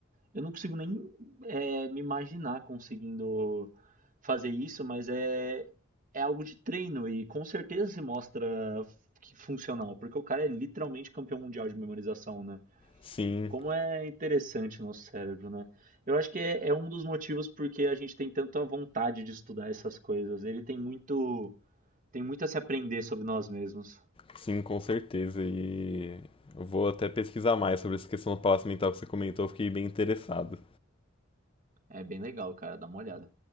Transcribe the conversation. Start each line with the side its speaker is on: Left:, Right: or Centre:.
Right: eu não consigo nem é, me imaginar conseguindo fazer isso, mas é, é algo de treino e com certeza se mostra que funcional, porque o cara é literalmente campeão mundial de memorização, né?
Left: Sim,
Right: Como é interessante o nosso cérebro, né? Eu acho que é, é um dos motivos porque a gente tem tanta vontade de estudar essas coisas. Ele tem muito, tem muito a se aprender sobre nós mesmos.
Left: sim, com certeza. E eu vou até pesquisar mais sobre essa questão do palácio mental que você comentou, eu fiquei bem interessado.
Right: É bem legal, cara, dá uma olhada.